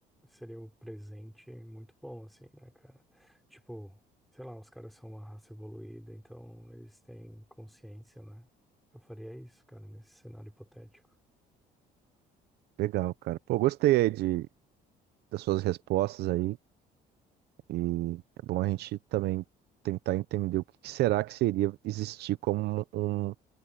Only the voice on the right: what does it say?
Legal, cara. Pô, gostei aí de, das suas respostas aí. E é bom a gente também tentar entender o que que será que seria existir como um